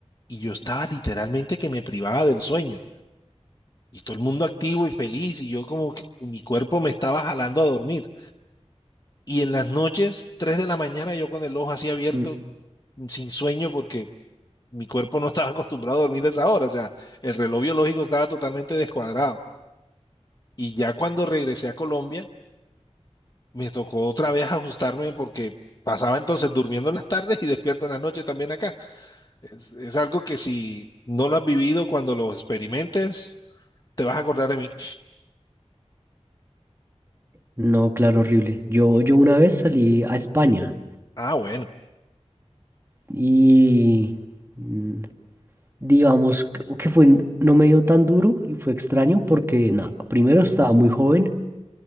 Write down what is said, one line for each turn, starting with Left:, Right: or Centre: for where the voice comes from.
Left: y yo estaba literalmente que me privaba del sueño. Y todo el mundo activo y feliz, y yo como que mi cuerpo me estaba jalando a dormir. Y en las noches, 3 de la mañana, yo con el ojo así abierto,
Right: Mm,
Left: sin sueño, porque mi cuerpo no estaba <laughs> acostumbrado a dormir a esa hora. O sea, el reloj biológico estaba totalmente descuadrado. Y ya cuando regresé a Colombia, me tocó otra vez ajustarme porque pasaba entonces durmiendo en las tardes y despierto en las noches también acá. Es, es algo que si no lo has vivido cuando lo experimentes, te vas a acordar de mí.
Right: No, claro, horrible. Yo, yo una vez salí a España
Left: Ah, bueno.
Right: y mm, digamos que que fue, n- no me dio tan duro y fue extraño porque, nada, primero estaba muy joven,